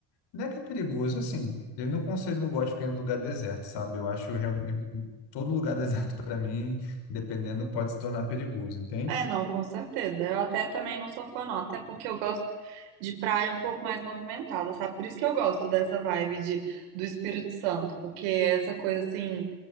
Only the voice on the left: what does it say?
Não é que é perigoso, assim. Eu não conselho, não gosto de ficar em lugar deserto, sabe? Eu acho realmente. Todo lugar <laughs> deserto, para mim, dependendo, pode se tornar perigoso, entende?